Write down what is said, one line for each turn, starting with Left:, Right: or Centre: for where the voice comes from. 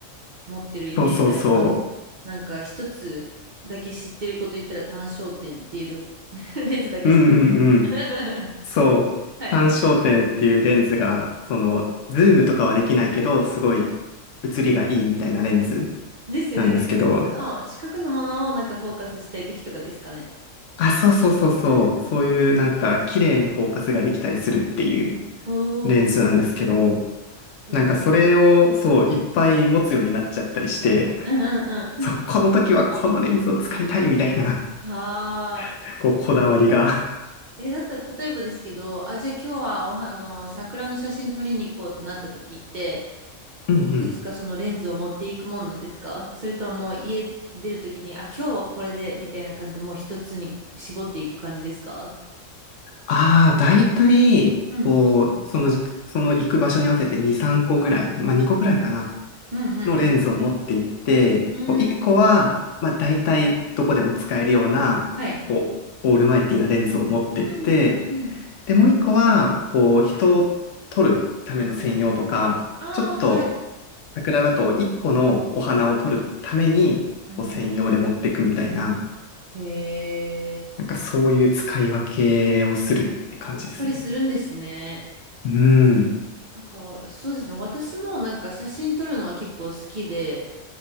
Right: 持ってるイメージあります。
Left: そうそうそ
Right: なんか一つだけ知ってること言ったら単焦点っていうの <laughs> レンズだけ知ってます。
Left: う。うんうんうん。
Right: <laughs>
Left: そう。
Right: はい。
Left: 単焦点っていうレンズが、その、ズームとかはできないけど、すごい写りがいいみたいなレンズ
Right: ですよね。
Left: なんですけど、
Right: なんか近くの、近くのものをなんかフォーカスしたい時とかですかね。
Left: あ、そうそうそうそう。
Right: うんうん
Left: そういうなんか、綺麗にフォーカスができたりするっていう
Right: お
Left: レンズなんですけど、
Right: おー、それぐらいです。
Left: なんかそれを、そう、いっぱい持つようになっちゃったりして、
Right: <laughs> うんうんう
Left: <laughs> そう、この時はこのレンズを使いたいみたいな、
Right: ん。<laughs> はー
Left: <laughs> こう、こだわりが。
Right: い。え、だったら、例えばですけど、あ、じゃあ今日はおは、あの、桜の写真撮りに行こうってなった時って、
Left: うんうん。
Right: いくつかそのレンズを持っていくもんなんですかそれとももう家出るときに、あ、今日はこれでみたいな感じでもう一つに絞っていく感じですか
Left: ああ、だいたい、
Right: うん。
Left: こう、その、その行く場所に合わせて2、3個ぐらい、まあ2個ぐらいかな、
Right: うん、
Left: のレンズを持っていって、
Right: うん、うん。
Left: こう1個は、
Right: うーん。
Left: まあだいたいどこでも使えるような、
Right: はい。
Left: こう、オールマイティなレンズを持ってって、
Right: うん、うん、うん。
Left: で、もう1個は、こう、人を撮るための専用とか、
Right: うんああ、
Left: ちょっと、
Right: はい。
Left: 桜だと1個のお花を撮るために、
Right: うん。
Left: こう専用で持ってくみたいな、
Right: へえ、
Left: なんかそういう使い分けをするって感じですね。
Right: やっぱりするんですね。
Left: うん。
Right: なんか、そうですね。私もなんか写真撮るのは結構好きで、